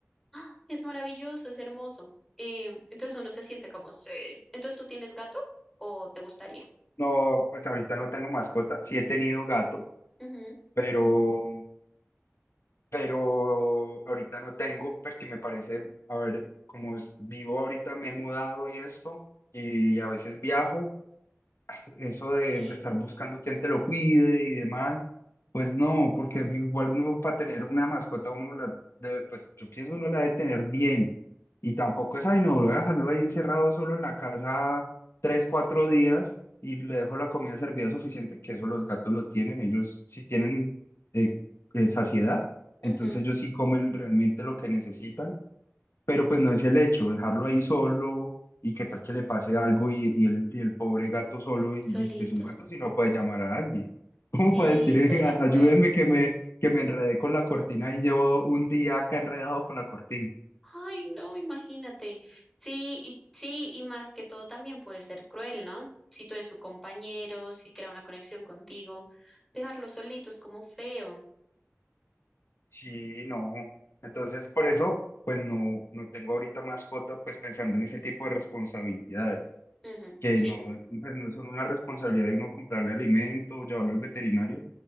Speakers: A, in the centre; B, on the left.
A: ¡ah! es maravilloso, es hermoso. Eh, entonces uno se siente como, sí. Entonces tú tienes gato o te gustaría.
B: No, pues ahorita no tengo mascota, sí he tenido gato,
A: Ujú,
B: pero, pero ahorita no tengo porque me parece, a ver, como es- vivo ahorita, me he mudado y esto, y a veces viajo. eso de
A: sí,
B: estar buscando quién te lo cuide y demás, pues no, porque igual uno para tener una mascota, uno la debe, pues yo pienso uno la debe tener bien. Y tampoco es, ay, no, voy a dejarlo ahí encerrado solo en la casa tres, cuatro días y le dejo la comida servida suficiente, que eso los gatos lo tienen, ellos sí tienen eh, eh, saciedad, entonces
A: ujú,
B: ellos sí comen realmente lo que necesitan pero pues no es el hecho, dejarlo ahí solo y qué tal que le pase algo y, y el, y el pobre gato solo y,
A: solitos.
B: y, pues un gato si no puede llamar a alguien. <laughs> ¿Cómo
A: Sí,
B: para decir,
A: estoy
B: "Eh,
A: de
B: a-
A: acuerdo.
B: ayúdenme que me, que me enredé con la cortina y llevo un día acá enredado con la cortina?
A: Ay, no, imagínate. Sí, y sí, y más que todo también puede ser cruel, ¿no? Si tú eres su compañero, si crea una conexión contigo, dejarlo solito es como feo.
B: Sí, no. Entonces por eso pues no, no tengo ahorita mascota pues pensando en ese tipo de responsabilidades,
A: Ujú,
B: que
A: sí,
B: no, pues no son una responsabilidad de uno comprarle alimento, llevarlo al veterinario